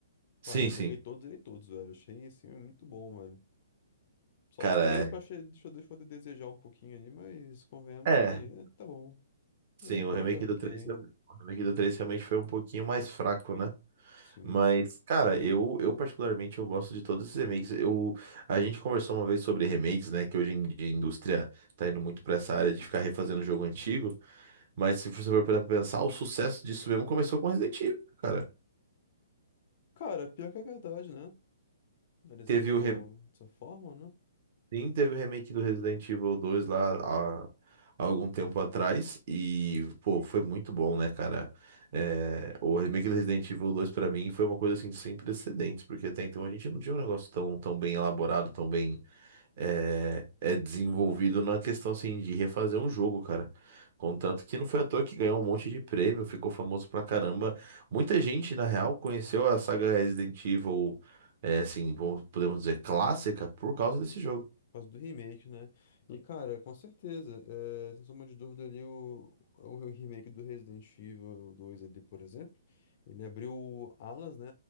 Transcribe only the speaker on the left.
Cara, eu
joguei todos e todos, velho. Achei, assim, muito bom, velho. Só
o 3 que eu achei, deixou, deixou de desejar um pouquinho ali, mas convenhamos
que,
eh, tá bom.
Foi foi
até ok,
sim.
Cara, pior que é verdade, né? Analisando
dessa forma, né?
Por causa do remake, né? E, cara, com certeza, é, sem sombra de dúvida ali, o, o remake do Resident Evil dois ali, por exemplo, ele abriu alas, né,